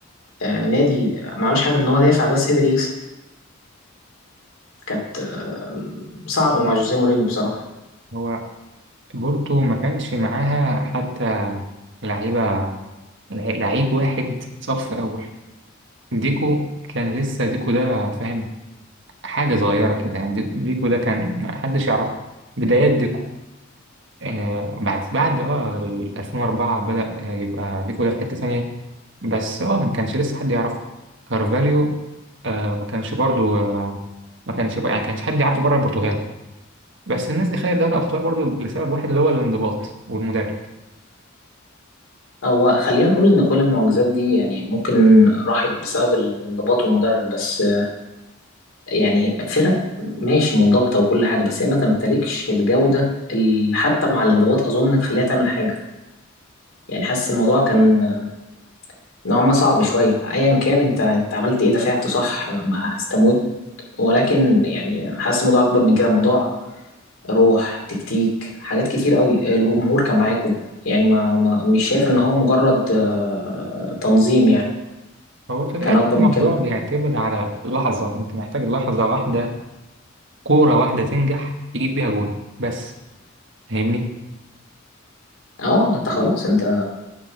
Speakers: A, on the left; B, on the right.
A: آه، نادي آه، ما عملش حاجة غير إن هو دافع بس قدر يكسب كانت آم، صعبة مع جوزيه مورينيو بصراحة
B: هو بورتو ما كانش معاها حتى لعيبة لعيب واحد صف أول ديكو كان لسه ديكو ده فاهم حاجة صغيرة كده يعني دي- ديكو ده كان ما حدش يعرفه بدايات ديكو آه بعد بعد اه ال 2004 بدأ آه، يبقى ديكو ده في حتة ثانية بس اه ما كانش لسه حد يعرفه كارفاليو آه ما كانش برضو آه ما كانش بقى- يعني كانش حد يعرفه بره البرتغال بس الناس دي خدت دوري أبطال برضو لسبب واحد اللي هو الانضباط والمدرب
A: هو خلينا نقول إن كل المعجزات دي يعني ممكن راحت بسبب الانضباط والمدرب بس آه، يعني فرق ماشي منضبطة وكل حاجة بس هي ما تمتلكش الجودة اللي حتى مع الانضباط أظن تخليها تعمل حاجة يعني حاسس الموضوع كان نوعا ما صعب شوية ايا كان انت انت عملت ايه دفعت صح ما استموت ولكن يعني حاسس الموضوع اكبر من كده الموضوع روح تكتيك حاجات كتير قوي الجمهور كان معاكو يعني ما, ما مش شايف ان هو مجرد آه، تنظيم يعني
B: هو في الآخر
A: كان اكبر
B: الموضوع
A: من كده
B: بيعتمد على لحظة أنت محتاج لحظة واحدة كورة واحدة تنجح تجيب بيها جون بس فاهمني
A: اه انت خلاص انت